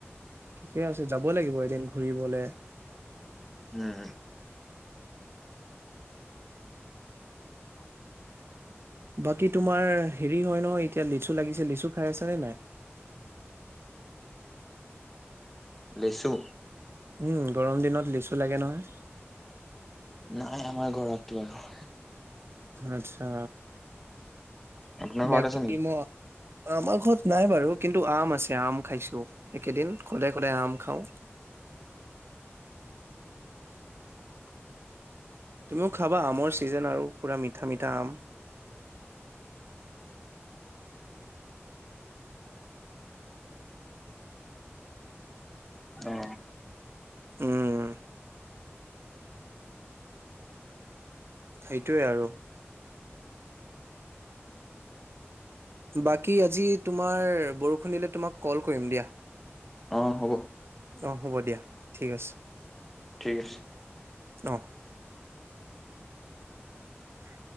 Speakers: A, on the right; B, in the centre.
A: ঠিকে আছে যাব লাগিব এদিন ঘুৰিবলে
B: উম
A: বাকী তোমাৰ হেৰি হয় ন এতিয়া লিচু লাগিছে লিচু খাই আছ নে নাই
B: লেছু
A: উম গৰম দিনত লিচু লাগে নহয়
B: নাই আমাৰ ঘৰতৰতটো বাৰু
A: আচ্ছা
B: আপোনাৰ
A: বাকী
B: ঘৰত আছে নেকি?
A: মই আমাৰ ঘৰত নাই বাৰু কিন্তু আম আছে আম খাইছো এই কেইদিন সদায় সদায় আম খাও তুমিও খাবা আমৰ চিজন আৰু পুৰা মিঠা মিঠা আম
B: অ
A: উম সেইটোৱে আৰু বাকী আজি তোমাৰ বৰষুণ দিলে তোমাক কল কৰিম দিয়া
B: অ হ'ব।
A: অ হ'ব দিয়া। ঠিক আছে
B: ঠিক আছে
A: অ অ